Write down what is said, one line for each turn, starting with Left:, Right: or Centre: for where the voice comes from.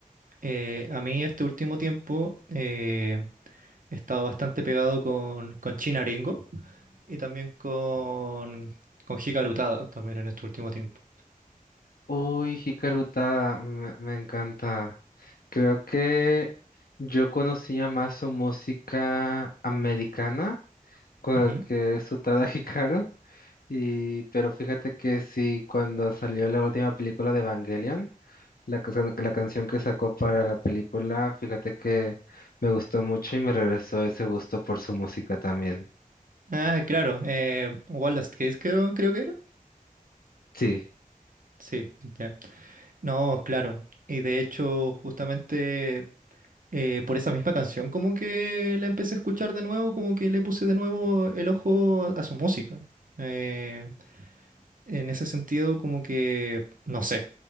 Right: Eh, a mí este último tiempo eh, he estado bastante pegado con, con China Y también con, con Hikaru Tada, también en este último tiempo.
Left: Uy, Hikaruta, me, me encanta. Creo que yo conocía más su música americana, cua-
Right: Ujú.
Left: que su Tada Hikaru. Y, pero fíjate que sí, cuando salió la última película de Evangelion, la, que la canción que sacó para la película, fíjate que me gustó mucho y me regresó ese gusto por su música también.
Right: Ah, claro, eh, Wallace Case creo, creo que era.
Left: Sí,
Right: Sí, ya. No, claro. Y de hecho, justamente eh, por esa misma canción, como que la empecé a escuchar de nuevo, como que le puse de nuevo el ojo a, a su música. Eh, En ese sentido, como que, no sé,